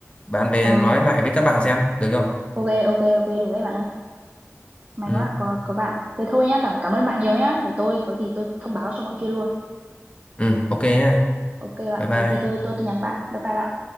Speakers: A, on the left; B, on the right.
A: Bạn về
B: ờ
A: nói lại với các bạn xem được không?
B: ok ok ok được đấy bạn ơi may
A: Ừ.
B: quá có có bạn thế thôi nhá cảm cảm ơn bạn nhiều nhá để tôi có gì tôi thông báo cho bọn kia luôn
A: Ừ. Ok nhá.
B: ok bạn
A: Bye bye.
B: có gì tôi tôi tôi nhắn bạn bye bye bạn